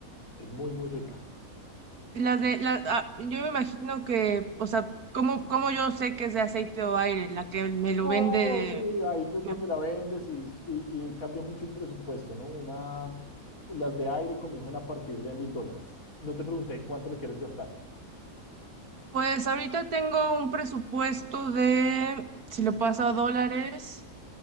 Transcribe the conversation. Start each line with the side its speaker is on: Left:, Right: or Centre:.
Left: es muy, muy rica.
Right: Las de, la, ah, yo me imagino que, o sea, ¿cómo, cómo yo sé que es de aceite o aire? La que me lo
Left: No,
Right: vende.
Left: sí, ahí es donde
Right: me-
Left: la vendes y, y, y cambia mucho el presupuesto, ¿no? Una, las de aire comienzan a partir de mil dólares. No te pregunté cuánto le quieres gastar.
Right: Pues ahorita tengo un presupuesto de, si lo paso a dólares,